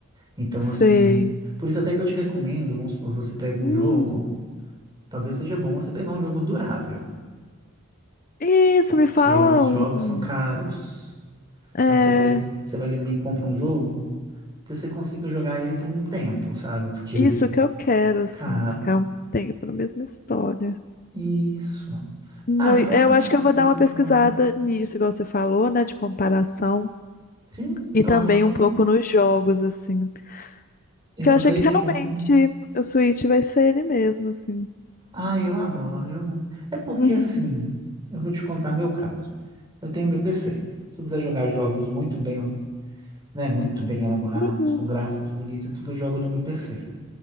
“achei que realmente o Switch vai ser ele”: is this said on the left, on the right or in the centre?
Left